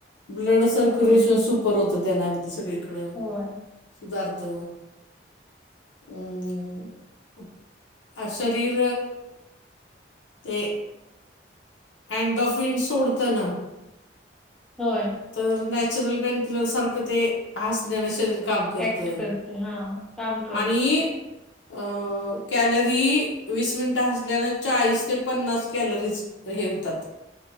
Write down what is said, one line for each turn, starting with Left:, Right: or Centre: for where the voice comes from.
Left: ब्लड सर्क्युलेशन
Centre: हा हा हा
Left: सुपर होत त्यानं, अगदी सगळीकड
Centre: होय
Left: सुधारत. हम. शरीर ते. अँडोफिन सोडत ना...
Centre: होय.
Left: तर नॅचरल पेन क्लियर सारखं ते. हसण्यान शरीर काम करत
Centre: ऍक्ट करते हा काम करते.
Left: आणि अ कॅलरी, वीस मिनिटं हासल्याने, चाळीस ते पन्नास कॅलरीज हे होतात.